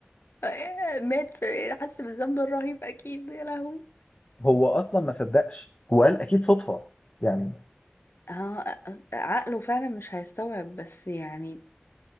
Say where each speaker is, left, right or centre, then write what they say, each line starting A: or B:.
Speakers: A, on the left; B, on the left.
A: آه، مات في حس بالذنب الرهيب أكيد يا لهوي
B: هو أصلا ما صدقش وقال أكيد صدفة يعني
A: ها عقله فعلا مش هيستوعب بس يعني